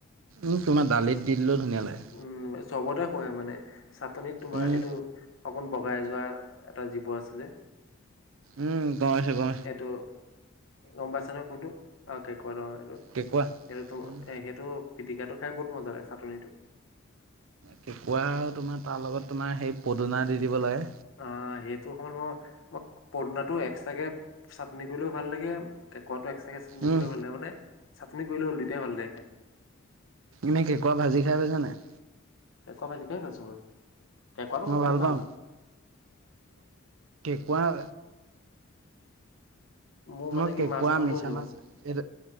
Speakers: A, on the right; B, on the left.
A: উম তোমাৰ দালিত দি দিলেও ধুনীয়া লাগে।
B: উম চবতে শুৱে মানে চাটনিত তোমাৰ
A: উম
B: এইটো অকণ বগাই যোৱা এটা জীৱ আছে যে
A: উম গম পাইছু।
B: এইটো গম পাইছা নহয় কোনটো অ কেকোৰা এইটো
A: কেঁকুৰা
B: সেইটো তোম
A: উম
B: এ সেইটো পিটিকাটো খাই বহুত মজা লগে চাটননিটো।
A: কেঁকুৰা আৰু তোমাৰ তাৰ লগত তোমাৰ সেই পদুনা দি দিব লাগে
B: অ সেইটো হ'ল মই পদুনাটো এক্সট্ৰাকে চাটনি কৰিলেও ভাল লাগে কেঁকুৱা টো এক্সট্ৰাকে চাটনি
A: উম
B: কৰিলেও ভাল লাগে মানে চাটনি কৰিলেওল দুটাই ভাল লাগে খাই।
A: এনে কেকুৱা ভাজি খাই পাইাছা নাই?
B: কেকোৱা ভাজি খাই পাইছো মই, কেকোৱাটো
A: মই
B: মোৰ বহুত ভাল
A: পাওঁ কোৱা
B: মোৰ মানে
A: মই
B: কি
A: কেঁকুৱা
B: মাছ নহ'লেও
A: মিছা
B: হৈ যাব
A: মাছ এই